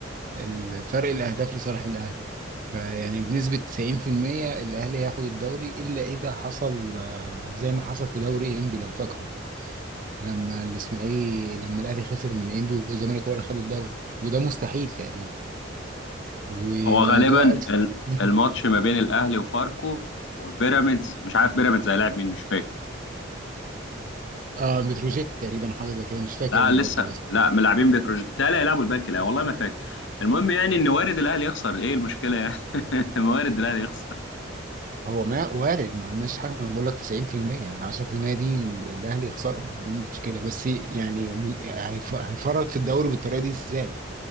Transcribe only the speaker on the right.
الفرق الاهداف لصالح الاهلي فيعني بنسبة 90% الاهلي هياخد الدوري الا اذا حصل آه، زي ما حصل في دوري انبي لو فاكره لما الاسماعيلي لما الاهلي خسر من انبي والزمالك هو اللي خد الدوري وده مستحيل تقريبا وموضوع
ال-
<clears throat>
مم.
اه متروجيت تقريبا حاجة زي كده مش فاكر
انا
برضو بس
هو ما وارد ما قلناش حاجه انا بقول لك 90% يعني 10% دي ال- الاهلي يخسرهم ايه المشكله بس يعني م- هيف- هيفرط في الدوري بالطريقه دي ازاي